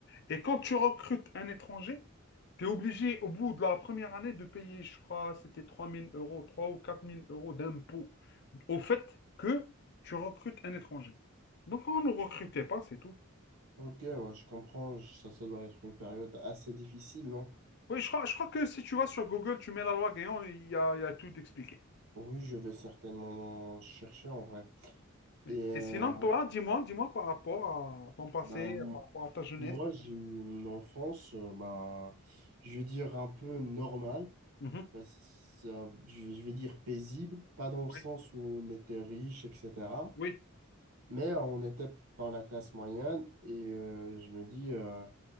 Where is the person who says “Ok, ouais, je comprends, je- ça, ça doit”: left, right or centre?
Right